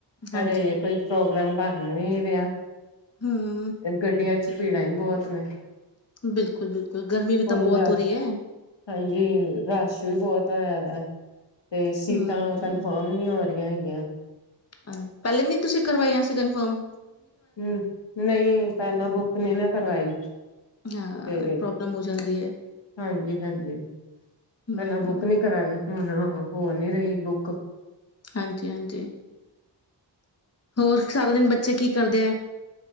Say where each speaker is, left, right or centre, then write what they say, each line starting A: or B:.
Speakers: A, on the left (about 85°); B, on the left (about 35°).
A: ਪਰ
B: ਹਾਂਜੀ
A: ਹਜੇ ਕੋਈ ਪ੍ਰੋਗਰਾਮ ਬਣ ਨਹੀ ਰਿਹਾ
B: ਹਮ
A: ਗੱਡੀਆਂ ਚ' ਭੀੜਾਂ ਹੀ ਬਹੁਤ ਨੇ
B: ਬਿਲਕੁਲ, ਬਿਲਕੁਲ ਗਰਮੀ ਵੀ
A: ਹੁਣ
B: ਤਾਂ ਬਹੁਤ
A: ਰਸ਼,
B: ਹੋ ਰਹੀ ਹੈ
A: ਹਾਂਜੀ ਰਸ਼ ਵੀ ਬਹੁਤ ਹੋਇਆ ਦਾ ਤੇ ਸੀਟਾਂ
B: ਹਮ
A: ਕੰਨਫਰਮ ਨਹੀਂ ਹੋ ਰਹੀਆਂ <unintelligible>
B: ਪਹਿਲੇ ਨੀ ਤੁਸੀਂ ਕਰਵਾਈਆਂ ਸੀ ਕੰਨਫਰਮ
A: ਹੁੰ ਨਹੀਂ, ਪਹਿਲਾਂ ਬੁੱਕ ਨੀ ਨਾ ਕਰਵਾਈ
B: ਹਾਂ,
A: ਤੇ
B: ਪ੍ਰੋਬਲਮ ਹੋ ਜਾਂਦੀ ਐ।
A: ਹਾਂਜੀ, ਹਾਂਜੀ
B: ਹੂੰ,
A: ਪਹਿਲਾਂ ਬੁੱਕ ਨੀ ਕਰਾਈ ਹੁਣ ਹੋ ਨਹੀਂ ਰਹੀ ਬੁੱਕ
B: ਹਾਂਜੀ, ਹਾਂਜੀ ਹੋਰ ਸਾਰਾ ਦਿਨ ਬੱਚੇ ਕੀ ਕਰਦੇ ਹੈ